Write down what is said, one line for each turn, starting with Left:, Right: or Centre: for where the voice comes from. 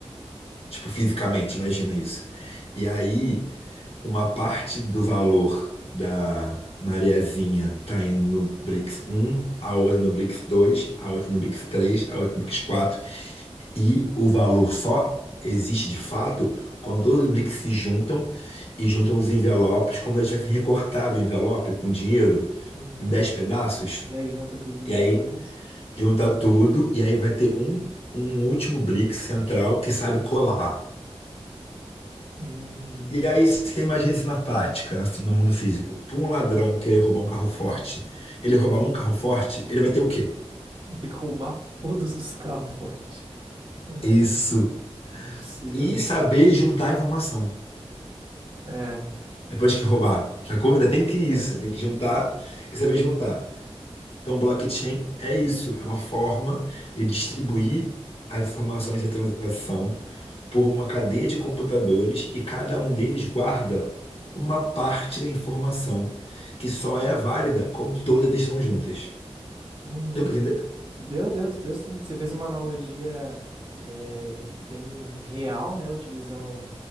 Left: tipo, fisicamente, imagina isso. E aí, uma parte do valor da Mariazinha tá indo no BRICS um a outra no BRICS dois a outra no BRICS três a outra no BRICS quatro E o valor só existe de fato quando todos os BRICS se juntam e juntam os envelopes, como se eles tivessem recortado o envelope com dinheiro
Right: Uhum.
Left: em 10 pedaços.
Right: E aí junta tudo depois.
Left: E aí junta tudo, e aí vai ter um, um último Blix central que sabe colar.
Right: Uhum.
Left: E aí você imagina isso na prática, na- no mundo físico. Para um ladrão querer roubar um carro forte, ele roubar um carro forte, ele vai ter o quê?
Right: Tem que roubar <laughs> todos os carros forte. É,
Left: Isso.
Right: impossível.
Left: E saber juntar a informação.
Right: É,
Left: Depois que roubar, sacou? Ainda tem que isso,
Right: é.
Left: tem que juntar e saber juntar. Então, blockchain é isso, é uma forma de distribuir as informações da transação por uma cadeia de computadores e cada um deles guarda uma parte da informação que só é válida quando todas estão juntas.
Right: Uhum.
Left: Deu para entender?
Right: Deu, deu, deu sim. Você fez uma analogia é, bem real, né? Utilizando